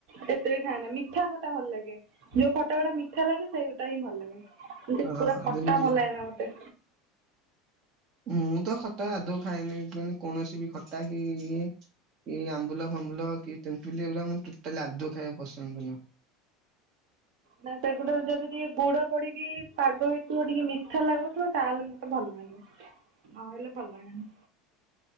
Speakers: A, on the right; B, on the right.
A: ଏତେ ବି ଖାଏ ନା, ମିଠା ଖଟା ଭଲ ଲାଗେ, ଯୋଉ ଖଟା ଗୁଡା ମିଠା ବି ସେଇଟା ହିଁ ଭଲ ଲାଗେ, ଏତି
B: ହଁ
A: ପୁରା ଖଟା
B: ଯେମିତି
A: ଭଲ ଲାଗେ ନା ମତେ
B: ମୁଁ ତ ଖଟା ଆାଦୌ ଖାଏନି, ମାନେ କୌଣସି ବି ଖଟା କି ଇଏ ଏ ଆମ୍ବୁଲ ଫାମ୍ବୁଲ କି ତେନ୍ତୁଲି, ଏଗୁଡା ମୋର ଟୋଟାଲି ଆଦୌ ଖାଇବାକୁ ପସନ୍ଦ ନୁଁହ <inaudible>
A: ନା ସେଗୁଡା ଯଦି ଟିକେ ଗୁଡ ପଡିକି ପାଗ ହେଇଥିବ ଟିକେ ମିଠା ଲାଗୁଥିବ, ତାହେଲେ ମତେ ଭଲ ଆିଲ ପଣି <unintelligible>